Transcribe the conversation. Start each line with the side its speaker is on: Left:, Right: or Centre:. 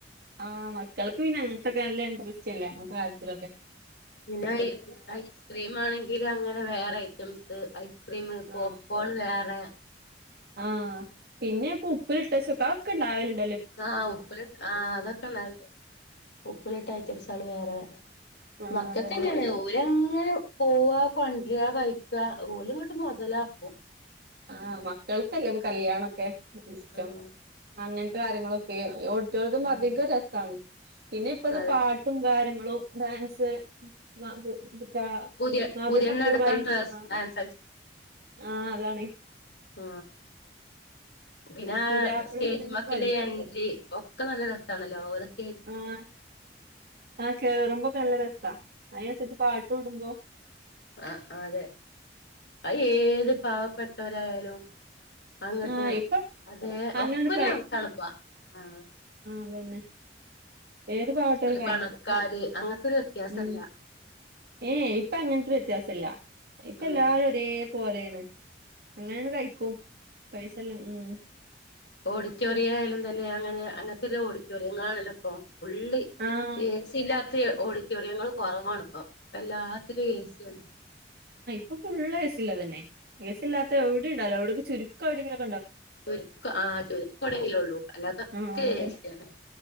Right: ആഹ് മ ട്ടൊൾക്ക് പിന്നെ <unintelligible> ചില കാര്യത്തിലൊക്കെ
Left: പിന്നെ ഈ ഐസ്ക്രീം ആണെങ്കി ഇതിൽ അങ്ങനെ വേറെ ഐറ്റംസ് മ്
Right: ആ
Left: പോപ്കോൺ വേറെ
Right: ആ പിന്നെ ഇപ്പോ ഉപ്പിലിട്ട് അതൊ <unintelligible>
Left: ആ ആ അതൊക്കെണ്ടാര്ന്ന് ഉപ്പിലിട്ട ഐറ്റംസ് വേറെ
Right: ആ
Left: മക്കൾക്ക്
Right: അതന്നെ
Left: തന്നെ ഒരങ്ങ് പോവാ കൊണ്ട് വരുക കഴിക്കുവാ ഒര് അങ്ങോട്ട്‌ മുതലാക്കും
Right: ആ മക്കൾക്കല്ലേ ഇപ്പോ കല്യാണം ക്കെ ഇഷ്ടം
Left: ആഹ്
Right: കാര്യങ്ങളൊക്കെ കുട്ടികൾക്ക്
Left: ആഹ്
Right: അധികം രസാണ് പിന്നെ ഇപ്പഴത്തെ
Left: അതെ
Right: പാട്ടും കാര്യങ്ങളു ഗ്രൂപ്പ് ഡാൻസ് <unintelligible>
Left: പുതിയ പുതിയണ്ണടക്കം ഡ്രസ് ഡാൻസ്
Right: ആ അതാണ്
Left: ആ പിന്നെ
Right: പുതിയാപ്പളേം
Left: സ്റ്റേജിമലേക്കില്
Right: പുതിയണ്ണൊക്കെ കളിക്കും
Left: അഞ്ച് ഒക്കെ നല്ല രസ <unintelligible>
Right: ആഹാ കയറുമ്പോ <unintelligible> രസാ. അതിനനുസരിച്ച് പാട്ടും ഇടുമ്പോ
Left: ആ ആ അതെ. അയ് ഏത് പാ പെട്ടവരായാലും അങ്ങോട്ട്‌
Right: ആഹ് ഇപ്പൊ
Left: അതേ
Right: അങ്ങനണ്ട്
Left: ഒക്കെ ഒരു <unintelligible> ആ
Right: എന്ത്വന്നെ ഏതു പാവപെട്ടവരും കഴിക്കും
Left: പണക്കാര് അങ്ങനത്തൊരു വ്യത്യാസല്ല
Right: ഉം ഏ ഇപ്പോ അങ്ങനത്തെ വ്യ ത്യാസ ഇല്ല. ഇപ്പൊ
Left: ഉം
Right: എല്ലാരും ഒരേ പോലെയാണ്. അങ്ങനെയാണ് കഴി ക്കും. പൈസയില്ല മ് മ്
Left: ഓഡിറ്റോറിയം ആയാലും <unintelligible> അങ്ങനെ അങ്ങനത്തുള്ള ഓഡിറ്റോറിയങ്ങളാണലോ ഇപ്പൊ. ഫുള്ളി
Right: ആഹ്
Left: ഏസിയില്ലാ ത്ത ഓഡിറ്റോറിയങ്ങള് കൊറവാണിപ്പം. എല്ലാത്തിലും ഏസിയന്നെ.
Right: പ്പം ഫുള്ള് എ സീ ള്ളതന്നെ എ സി ഇല്ലാത്തെ എവിടെയും ഉണ്ടാകില്ല എവി ചുരുക്കം എവിടെയെങ്കിലും
Left: ചുരുക്കം ആഹ് ചുരുക്കം എവിടെ എങ്കിലും ഉള്ളൂ അല്ലാത്തൊക്കെ
Right: ആഹ് അതന്നെ
Left: എ സി ആണ്